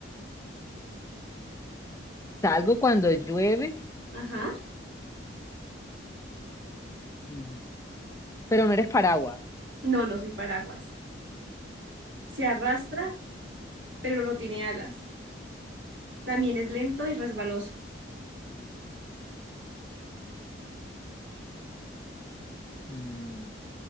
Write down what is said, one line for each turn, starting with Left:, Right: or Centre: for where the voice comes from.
Left: Salgo cuando llueve,
Right: Ajá.
Left: mm, pero no eres paraguas.
Right: No, no soy paraguas. Se arrastra, pero no tiene alas. También es lento y resbaloso.
Left: Mm,